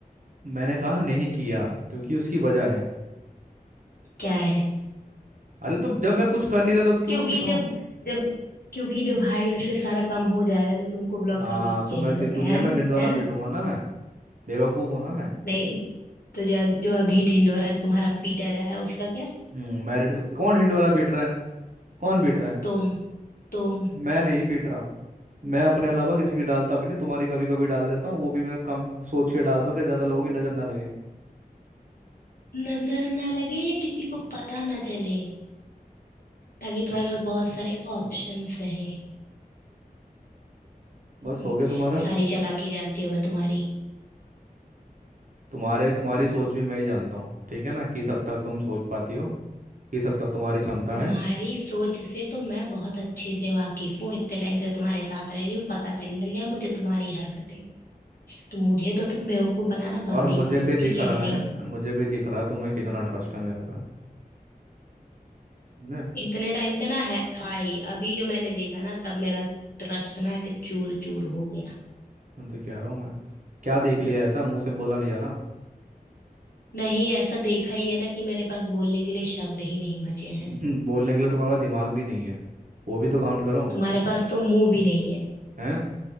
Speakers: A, on the right; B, on the left.
A: मैंने कहा नहीं किया क्योंकि उसकी वजह है
B: क्या है
A: अरे तो जब मैं कुछ कर नहीं रहा तो क्यों
B: क्योंकि
A: दिखाऊं
B: जब जब क्योंकि जब हाइट से सारा काम हो जा रहा है तो तुमको ब्लॉक
A: हाँ
B: करने की
A: तो
B: क्या
A: मैं
B: ही जरूरत
A: दि- दुनिया
B: है है
A: में
B: ना
A: ढिंढोरा
B: है
A: पीटूंगा
B: ना
A: ना मैं बेवकूफ हूं ना मैं
B: नहीं तो जो जो अभी ढिंढोरा तुम्हारा पीटा जा रहा है उसका क्या
A: हम्म मैरिड कौन ढिंढोरा पीट रहा है कौन पीट रहा है
B: तुम तुम
A: मैं नहीं पीट रहा मैं अपने अलावा किसी की डालता भी नहीं तुम्हारी कभी कभी डाल देता हूँ वो भी मैं कम सोच के डाल दो कि ज्यादा लोगों की नजर ना लगे
B: नजर ना लगे या किसी को पता ना चले ताकि तुम्हारे पास बहुत सारे ऑप्शंस रहे
A: बस
B: <laughs>
A: हो गया तुम्हारा
B: सारी चालाकी जानती हूँ मैं तुम्हारी
A: तुम्हारे तुम्हारी सोच भी मैं ही जानता हूँ ठीक है ना किस हद तक तुम सोच पाती हो किस हद तक तुम्हारी क्षमता
B: तुम्हारी
A: है
B: सोच से तो मैं बहुत अच्छे से वाकिफ हूँ इतने टाइम से तुम्हारे साथ रह रही हूँ पता चलने लगा है मुझे तुम्हारी हरकतें तो मुझे तो तुम बेवकूफ बनाना
A: और
B: बंद
A: मुझे
B: ही कर दो
A: भी दिख
B: ठीक
A: रहा
B: है कि नहीं
A: है मुझे भी दिख रहा है तुम्हें कितना ट्रस्ट है मेरे पे ने
B: इतने टाइम से ना है था ही अभी जो मैंने देखा ना तब मेरा ट्रस्ट ना ऐसे चूर चूर हो गया
A: मैं तो कह रहा हूँ मैं क्या देख लिया ऐसा मुंह से बोला नहीं जा रहा <clears throat>
B: नहीं ऐसा देखा ही है ना कि मेरे पास बोलने के लिए शब्द ही नहीं बचे हैं
A: हम्म, बोलने के लिए तुम्हारे पास दिमाग भी नहीं है वो भी तो काउंट करो
B: तुम्हारे पास तो मुंह भी नहीं है
A: हैं